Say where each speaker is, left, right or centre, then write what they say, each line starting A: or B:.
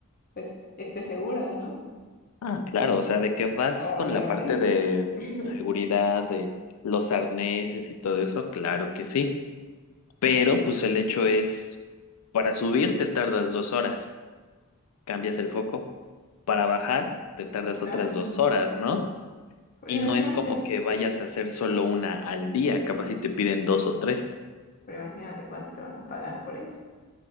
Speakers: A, on the left (about 40°); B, on the left (about 80°).
A: pues estés seguro, ¿no?
B: Ah, claro, o sea, de que vas
A: Obviamente.
B: con la parte de
A: <laughs>
B: seguridad, de los arneses y todo eso, claro que sí, pero pues el hecho es, para subir te tardas dos horas, cambias el foco, para bajar te tardas
A: Otras,
B: otras
A: cosas.
B: dos horas, ¿no?
A: pero
B: Y
A: imagínate,
B: no es como que vayas a hacer solo una al día, capaz si te piden dos o tres.
A: pero imagínate cuánto te van a pagar por eso.